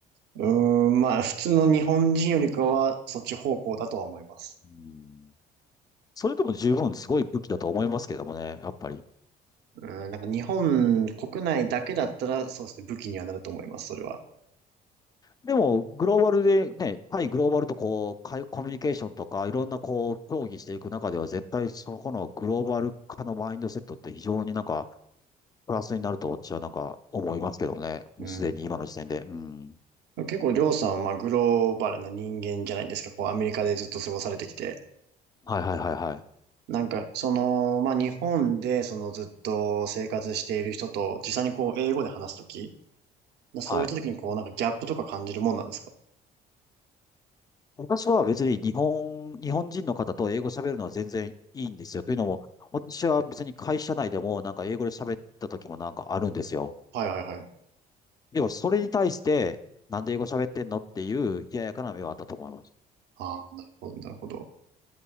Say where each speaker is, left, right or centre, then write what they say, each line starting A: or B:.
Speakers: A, on the right; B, on the left.
A: うーん、まあ、普通の日本人よりかは、そっち方向だとは思います。
B: うんそれでも十分すごい武器だと思いますけどもね、やっぱり。
A: うーん、なんか日本国内だけだったら、そうですね、武器にはなると思います、それは。
B: でも、グローバルでね、対グローバルとこう、かいコミュニケーションとか、いろんなこう、協議していく中では、絶対そこのグローバル化のマインドセットって非常になんか、プラスになると私はなんか思いますけどね、もうすでに今の時点で。
A: うん。
B: うん。
A: 結構、りょうさんは、まあ、グローバルな人間じゃないですか。こう、アメリカでずっと過ごされてきて。
B: はいはいはいはい。
A: なんか、その、まあ、日本で、そのずっと生活している人と、実際にこう、英語で話すとき、そういったときにこう、
B: はい。
A: なんかギャップとか感じるもんなんですか
B: 私は別に日本、日本人の方と英語喋るのは全然いいんですよ。というのも、私は別に会社内でもなんか英語で喋った時もなんかあるんですよ。
A: はいはいはい。
B: でも、それに対して、なんで英語喋ってんのっていう冷ややかな目はあったと思います。
A: ああ、なるほど、なるほど。